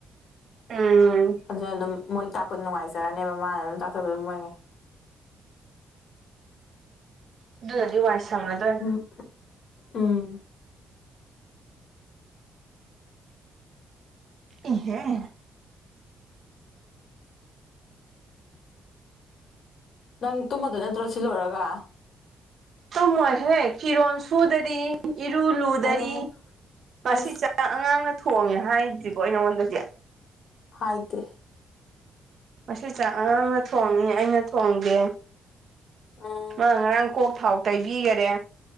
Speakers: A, on the right; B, on the left.
A: ꯎꯝ
B: ꯑꯗꯨꯅ ꯑꯗꯨꯝ ꯃꯣꯏ ꯇꯥꯛꯄ ꯅꯨꯡꯉꯥꯏꯖꯔꯅꯦꯕ ꯃꯥꯅ ꯑꯗꯨ ꯇꯥꯛꯆꯕ ꯑꯗꯨꯝ ꯃꯣꯏꯉꯩ
A: ꯑꯗꯨꯅꯗꯤ ꯋꯥꯏꯁꯪꯉꯗ‌ꯣꯏ
B: ꯎꯝ ꯎꯝ
A: ꯏꯍ‌ꯦ
B: ꯅꯪ ꯇꯨꯝꯃꯗ‌ꯣꯏ ꯅꯠꯇ꯭ꯔꯣ ꯁꯤ ꯂ‌ꯣꯏꯔꯒ
A: ꯇꯨꯝꯃꯣꯏꯍꯦ ꯐꯤꯔꯣꯟ ꯁꯨꯗꯔꯤ ꯏꯔꯨ ꯂꯨꯗꯔꯤ
B: ꯑꯣ
A: ꯉꯁꯤ
B: ꯑꯁ
A: ꯆꯠ ꯑꯉꯥꯡꯅ ꯊꯣꯡꯉꯦ ꯍꯥꯏꯗ꯭ꯔꯤꯕꯣ ꯑꯩ ꯅꯪꯉꯣꯟꯗꯖ‌‌ꯦ
B: ꯍꯥꯏꯗ‌ꯦ
A: ꯑꯁꯤ ꯆꯥꯛ ꯑꯉꯥꯡꯅ ꯊꯣꯡꯉ‌ꯦ ꯑꯩꯅ ꯊꯣꯡꯗ‌ꯦ
B: ꯎꯝ
A: ꯃꯥꯅ ꯉꯔꯥꯡ ꯀꯣꯛ ꯊꯥꯎ ꯇꯩꯕꯤꯒꯔꯦ